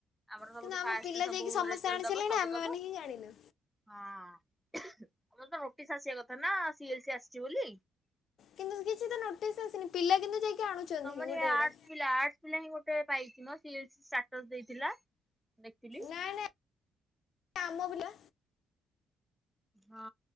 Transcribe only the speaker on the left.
କିନ୍ତୁ ଆମ
ପିଲା
ଯାଇକି ସମସ୍ତେ ଆଣିସାରିଲେଣି
ଆମେମାନେ
ହିଁ ଜାଣିନୁ।
କିନ୍ତୁ କିଛି ତ ନୋଟିସ୍ ଆସିନି ପିଲା କିନ୍ତୁ ଯାଇକି। ଆଣୁଛନ୍ତି
ଗୋଟେ
ଗୋଟେ।
ନାଇଁ ନାଇଁ ଆମ ପିଲା।